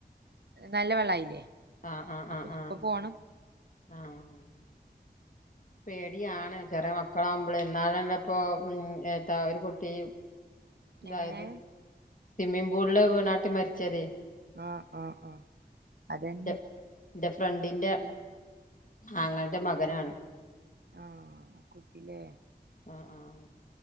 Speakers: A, on the right; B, on the left.
A: നല്ല വെള്ളായില്ലേ
B: ആഹ് ആഹ്
A: അപ്പ
B: ആഹ്
A: ന്നിപ്പൊ
B: ആഹ്
A: പോണം.
B: ആഹ്. പേടിയാണ് ചെറേ മക്കളാവുമ്പളെ ന്നാളെന്നെ പ്പോ ഉം എന്താ ഒരു കുട്ടി. തായത്
A: എങ്ങനെ
B: സ്വിമ്മിംങ്ങ് പൂളില് വീണാട്ട് മരിച്ചതെ.
A: ആഹ്, ആഹ്, ആഹ് അതന്നെ.
B: ന്റെ ന്റെ ഫ്രണ്ടിന്റെ ആങ്ങൾന്റെ മകനാണ്.
A: ആഹ് കുട്ടിലേ.
B: ആഹ്, ആഹ്